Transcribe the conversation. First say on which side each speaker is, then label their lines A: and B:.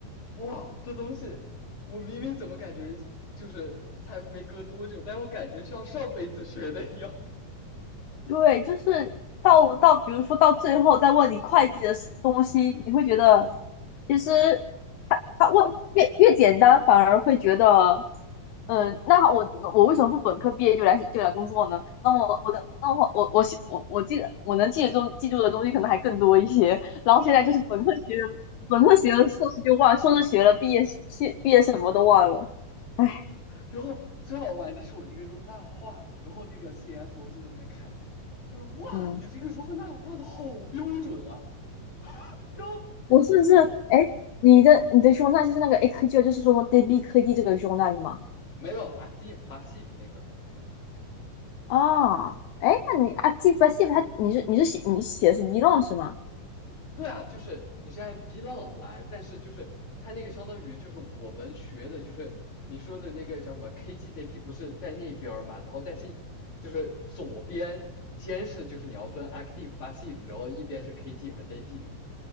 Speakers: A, on the left; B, on the left.
A: 哇，这东西我明明怎么感觉就是才没隔多久，但我感觉像上辈子学的一样。<laughs>
B: 对，就是到到，比如说到最后再问你会计的 s- 东西，你会觉得其实他问越越简单，反而会觉得，嗯，那我我为什么不本科毕业就来就来工作呢？那我我的那我我我我我记得我能记得中记住的东西可能还更多一些。然后现在就是本科学了，
A: 对啊，
B: 本科学了硕士就忘了硕士学了毕业毕毕业什么都忘了，唉，
A: 然后最好玩的是我那个如何纳瓦画了，然后那个 CFO 就在那看，他说哇，
B: 嗯，
A: 你这个如何纳瓦画的好标准啊，然后他问我
B: 我甚至哎，诶你的你的胸大就是那个 A 科 g 就是说 DB 科 D 这个胸大的吗？
A: 没有 active passive 那个，
B: 哦，哎，那你啊，记吧，记吧，它你是你是写你写的是 belong 是吗？
A: 对啊，就是你是按 B 浪来，但是就是他那个相当于就是我们学的就是你说的那个叫什么 KGCP 不是在那边嘛，然后但是就是左边先是就是你要分 active passive，然后一边是 KG 和 DB 嘛，